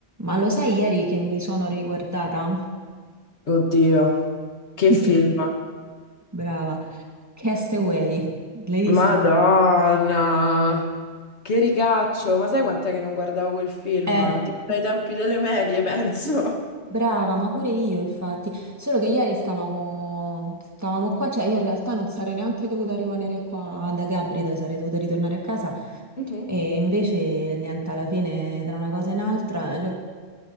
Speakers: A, on the right; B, on the left.
A: Ma lo sai ieri che mi sono riguardata?
B: Oddio, che
A: <laughs>
B: film.
A: Brava. Castaway, l'hai visto
B: Madonna,
A: tu?
B: che ricaccio. Ma sai quant'è che non guardavo quel film?
A: Eh,
B: Tipo
A: pu-
B: dai tempi delle medie, penso.
A: brava, ma pure io infatti. Solo che ieri stavamo, stavamo qua, cioè io in realtà non sarei neanche dovuta rimanere qua da Gabrida, sarei dovuta ritornare a casa
B: Mhm.
A: e invece niente, alla fine tra una cosa e un'altra, lui